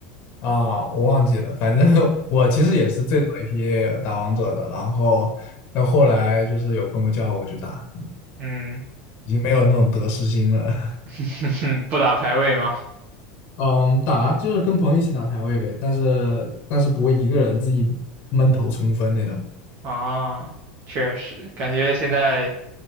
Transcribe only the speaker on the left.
啊，我忘记了，反正 <laughs> 我其实也是最早一批打王者的，然后到后来就是有朋友叫我去打，
已经没有那种得失心了。
嗯，打就是跟朋友一起打排位呗，但是但是不会一个人自己闷头冲锋那种，